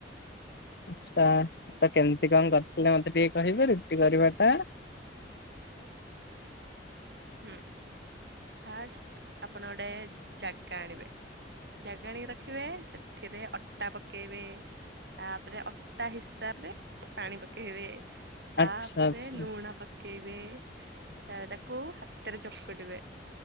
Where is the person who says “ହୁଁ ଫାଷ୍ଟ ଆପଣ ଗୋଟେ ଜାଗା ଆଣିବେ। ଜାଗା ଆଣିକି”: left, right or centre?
Right